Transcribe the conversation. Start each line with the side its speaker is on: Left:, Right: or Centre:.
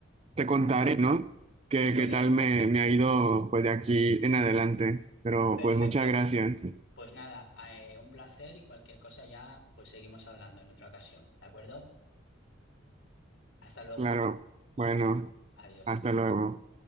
Right: te contaré, ¿no? qué,
Left: Muy
Right: qué
Left: bien,
Right: tal me, me ha ido pues de aquí en adelante. Pero
Left: perfecto.
Right: pues muchas gracias.
Left: Pues nada, eh, un placer y cualquier cosa ya, pues seguimos hablando en otra ocasión, ¿de acuerdo? Hasta luego.
Right: Claro. Bueno,
Left: Adiós.
Right: hasta luego.